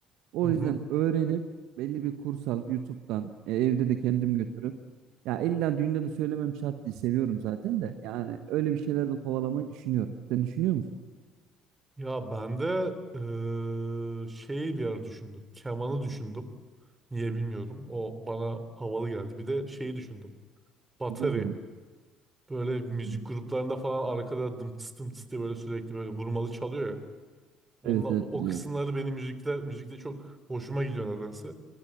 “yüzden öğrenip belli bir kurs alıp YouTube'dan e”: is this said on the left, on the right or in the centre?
Right